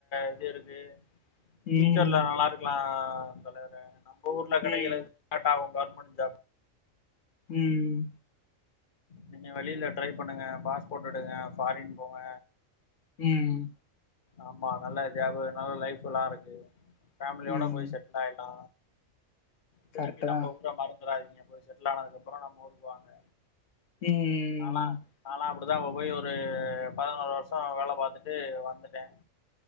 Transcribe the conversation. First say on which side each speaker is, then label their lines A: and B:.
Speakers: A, on the left; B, on the left.
A: இது இருக்கு ஃபியூச்சர்ல
B: ம்
A: நல்லா இருக்கலா தலைவரே நம்ப ஊர்ல கெடைக்கிற
B: ம்
A: பட் அவு கவர்மெண்ட் ஜாப்
B: ம்
A: நீங்க வெளில ட்ரை பண்ணுங்க பாஸ்போட் எடுங்க ஃபாரின் போங்க
B: ம்
A: ஆமா நல்ல ஜாபு நல்ல லைஃப் எல்லா இருக்கு ஃபேம்லியோட
B: ம்
A: போய் செட் லாய்ட்டா திருப்பி
B: கரெக்ட்டு
A: நம்ப
B: தா
A: ஊர மறந் துறாதீங்க போய் செட்லானதுக்கப்பறோ நம்ம ஊர்க்கு வாங்க
B: ம்
A: நாலா நாலா அப்பிடிதா அப்ப போய் ஒரு பதனோரு வர்ஷோ வேல பாத்துட்டு வந்துட்டே